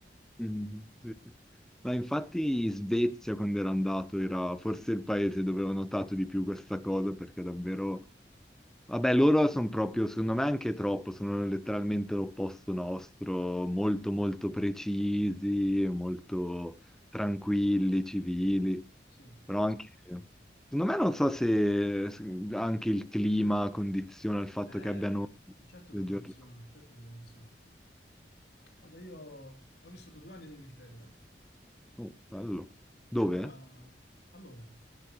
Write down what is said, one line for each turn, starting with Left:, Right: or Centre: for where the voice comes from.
Centre: Mhm, sì, sì. Ma infatti in Svezia, quando ero andato, era forse il paese dove ho notato di più questa cosa, perché davvero Vabbè, loro sono proprio, secondo me, anche troppo, sono letteralmente l'opposto nostro, molto molto precisi, molto tranquilli, civili,
Left: Sì.
Centre: però anche, secondo me non so se se anche il clima condiziona il fatto
Left: Eh,
Centre: che abbiano
Left: certo
Centre: le
Left: che condiziona,
Centre: giornate.
Left: certo che condiziona. Guarda, io ho vissuto due anni in Inghilterra
Centre: Oh, bello. Dove?
Left: e allora a Londra,